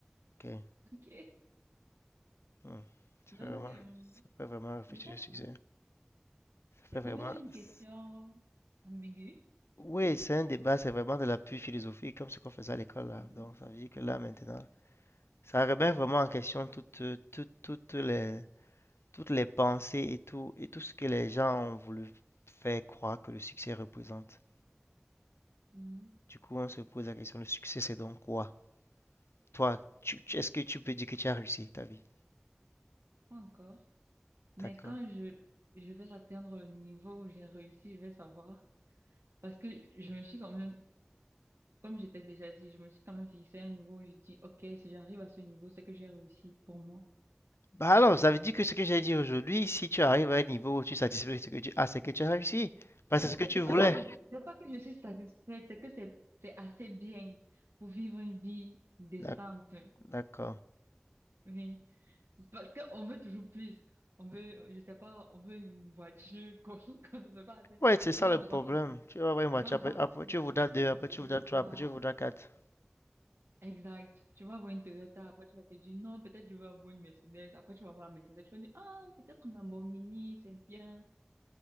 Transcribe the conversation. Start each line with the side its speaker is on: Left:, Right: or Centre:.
Left: Ok.
Right: Ok.
Left: Hmm. Ça
Right: Donc,
Left: fait vraiment,
Right: euh,
Left: ça fait vraiment réfléchir
Right: je sais
Left: le succès.
Right: pas. C'est
Left: Ça fait
Right: quand même
Left: vraiment.
Right: une
Left: c'est-
Right: question ambiguë.
Left: Oui, c'est un débat, c'est vraiment de l'appui philosophique, comme ce qu'on faisait à l'école là.
Right: Mhm.
Left: Donc, ça veut dire que là maintenant, ça remet vraiment en question toutes, euh, toutes, toutes les, toutes les pensées et tout, et tout ce que les gens ont voulu faire croire que le succès représente.
Right: Mhm.
Left: Du coup, on se pose la question, le succès, c'est donc quoi? Toi, tu, tu- est-ce que tu peux dire que tu as réussi ta vie?
Right: Pas encore. Mais
Left: D'accord.
Right: quand je, je vais atteindre le niveau où j'ai réussi, je vais savoir. Parce que je me suis quand même, comme j'étais déjà dit, je me suis quand même fixé un niveau où je dis, OK, si j'arrive à ce niveau, c'est que j'ai réussi pour moi.
Left: Bah alors, ça veut dire que ce que j'ai dit aujourd'hui, si tu arrives à un niveau où tu satisfais ce que tu as, c'est que tu as réussi. Parce
Right: Donc,
Left: que c'est ce que tu
Right: c'est
Left: voulais.
Right: pas que je, c'est pas que je suis satisfaite, c'est que c'est, c'est assez bien pour vivre une vie décente.
Left: D'ac- D'accord.
Right: Oui. Parce qu'on veut toujours plus. On veut, je sais pas, on veut une voiture qu'on <laughs> qu'on ne veut pas. assez.
Left: Ouais, c'est
Right: Tu
Left: ça
Right: vas
Left: le
Right: avoir,
Left: problème.
Right: tu
Left: Tu vas voir une voiture,
Right: vas avoir
Left: après, après
Right: peut-être
Left: tu voudras
Right: une
Left: deux, après
Right: Toyota.
Left: tu voudras trois, après tu voudras quatre.
Right: Exact. Tu vas avoir une Toyota, après tu vas te dire non, peut-être je vais avoir une Mercedes, après tu vas avoir la Mercedes, tu vas dire ah, peut-être une Lamborghini, c'est bien,